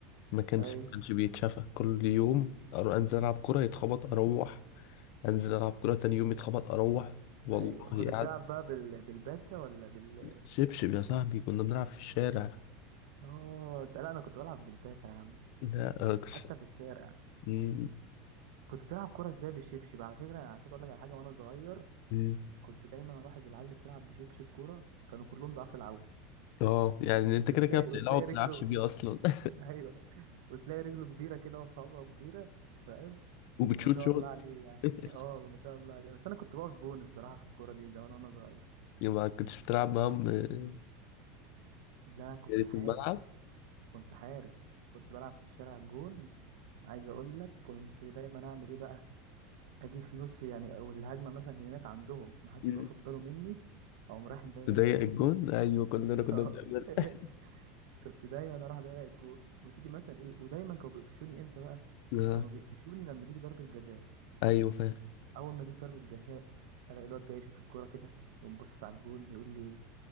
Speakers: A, on the left (about 55°); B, on the right (about 70°).
A: ما كانش
B: ايوه
A: ما كانش بيتشافى كل يوم أرو- أنزل ألعب كورة يتخبط أروح أنزل ألعب كورة تاني يوم يتخبط أروح والله
B: ايوه كنت بتلعب
A: قاعد
B: بقى بال... بالباتا ولا بال
A: شبشب يا صاحبي كنا بنلعب في الشارع
B: اه ده لا انا كنت بلعب بالباتا يا عم
A: لا آه، كنت
B: حتى في الشارع
A: مم.
B: كنت بتلعب كوره ازاي بالشبشب على فكره على فكره اقول لك على حاجه وانا صغير
A: كنت-
B: كنت دايما الاحظ العيال اللي بتلعب بشبشب كوره كانوا كلهم ضعاف العوض
A: اه يعني انت كده
B: وتلاقي
A: كده بتقلعه
B: وتلاقي
A: وما بتلعبش
B: رجله
A: بيه اصلا
B: <laughs>
A: <laughs>
B: ايوه وتلاقي رجله كبيره كده وصوابعه كبيره فاهم
A: وبتشوط
B: وما شاء
A: شوت
B: الله عليه يعني
A: <laughs>
B: <laughs> اه ما شاء الله عليه بس انا كنت بقف جون الصراحه في الكوره دي زمان وانا صغير
A: يبقى ما كنتش بتلعب معاهم آه،
B: لا كنت
A: يعني في
B: حارس
A: الملعب
B: كنت حارس كنت بلعب في الشارع جون عايز اقول لك كنت دايما اعمل ايه بقى اجي في نص يعني او الهجمه مثلا هناك عندهم ما حدش
A: مم.
B: يبقى واخد باله مني اقوم رايح مضيق
A: تضيق
B: الجون
A: الجون ايوه كلنا كنا
B: اه
A: بنعملها
B: <laughs> كنت دايما اروح اضيق الجون وتيجي مثلا ايه ودايما كانوا بيقفشوني امتى بقى
A: اه
B: كانوا بيقفشوني لما تيجي ضربه جزاء
A: ايوه فاهم
B: اول ما تيجي ضربه جزاء الاقي الواد جاي يشوط الكوره كده يقوم باصص على الجون يقول لي إيه،